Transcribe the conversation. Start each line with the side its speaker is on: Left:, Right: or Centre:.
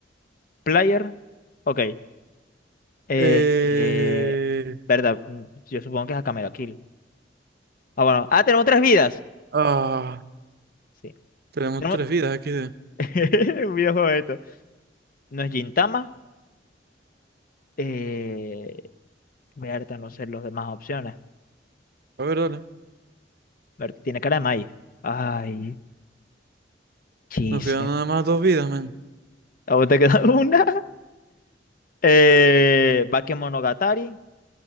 Left: Player. Ok. Eh,
Right: Eh...
Left: eh, verdad. mm, Yo supongo que es acá Mega Kill. Ah, bueno. Ah, tenemos tres vidas.
Right: Ah,
Left: Sí.
Right: tenemos
Left: Tenemos
Right: tres vidas aquí. de-
Left: <laughs> un videojuego de esto. No es Gintama. Eh, verdad, no sé las demás opciones.
Right: A ver, dale.
Left: Ver, tiene cara de Mai. Ay, Chise.
Right: Nos quedan nada más dos vidas, men.
Left: ¿A vos te queda <laughs> una? Eh, Bakemonogatari,